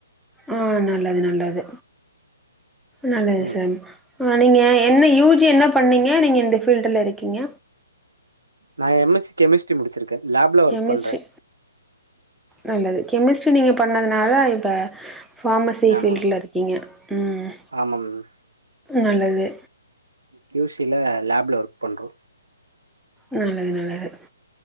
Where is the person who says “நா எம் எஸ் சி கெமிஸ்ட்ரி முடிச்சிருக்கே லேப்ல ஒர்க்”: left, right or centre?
Right